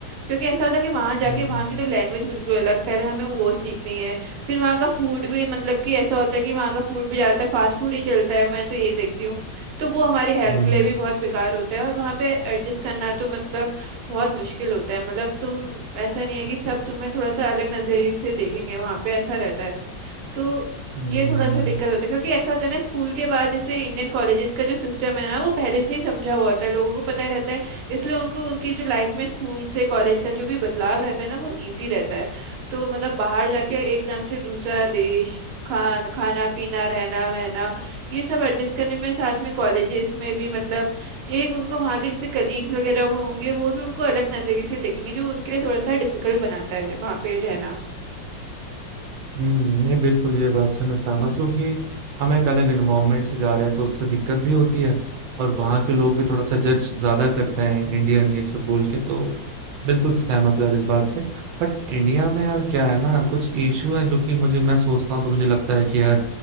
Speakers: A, on the right (about 60°); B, on the right (about 85°).
A: क्योंकि ऐसा होता है कि वहां जाके
B: हम्म
A: वहां की तो लैंग्वेज बिल्कुल अलग पहले हमें वो सीखनी है फिर वहां का फूड भी मतलब कि ऐसा होता है कि वहां का फूड भी ज्यादातर फास्ट फूड ही चलता है मैं तो यही देखती हूँ तो वो हमारी हेल्थ
B: हम्म हम्म,
A: के लिए भी बहुत बेकार होता है और वहां पे एडजस्ट करना तो मतलब बहुत मुश्किल होता है मतलब तुम ऐसा नहीं है कि सब तुम्हें थोड़ा सा अलग नजरिए से देखेंगे वहां पे ऐसा रहता है तो
B: हम्म।
A: ये थोड़ा सा दिक्कत होता है क्योंकि ऐसा होता है ना स्कूल के बाद जैसे इंडियन कॉलेजेस का जो सिस्टम है ना वो पहले से ही समझा हुआ होता है लोगों को पता ही रहता है इसलिए उनको उनकी जो लाइफ में स्कूल से कॉलेज का जो भी बदलाव रहता है ना वो इजी रहता है तो मतलब बाहर जाके एकदम से दूसरा देश खान खाना पीना रहना वहना ये सब एडजस्ट करने में साथ में कॉलेजेस में भी मतलब एक उनको वहाँ के जैसे कलीग्स वगैरह वो होंगे वो भी उनको अलग नज़रिए से देखेंगे जो उनके लिए थोड़ा सा डिफिकल्ट बनाता है वहाँ पे रहना
B: हम्म नहीं बिल्कुल ये बात से मैं सहमत हूँ कि हम एक अलग इन्वायरमेंट से जा रहे हैं तो उससे दिक्कत भी होती है और
A: हम्म
B: वहाँ के लोग भी थोड़ा सा जज ज्यादा करते हैं इंडियन ये सब बोल के तो
A: हम्म
B: बिल्कुल सहमत हूँ यार इस बात से बट इंडिया में यार क्या है ना कुछ इश्यू है जो कि मुझे मैं सोचता हूँ तो मुझे लगता है कि यार